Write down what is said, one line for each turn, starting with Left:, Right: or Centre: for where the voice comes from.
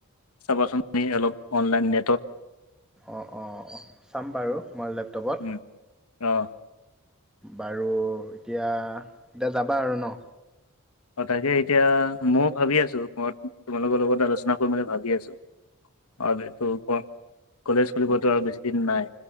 Left: চাবাচোন আমি অলপ অনলাইন নেটত
Centre: অ', অ', অ', চাম বাৰু মই লেপটপত
Left: উম, অ',
Centre: বাৰু এতিয়া এতিয়া যাবা আৰু ন।
Left: অ', তাকে এতিয়া ময়ো ভাবি আছোঁ মই তোমালোকৰ লগত আলোচনা কৰি মানে ভাবি আছোঁ। অ', বেতু ক কলেজ খুলিবতো আৰু বেছি দিন নাই।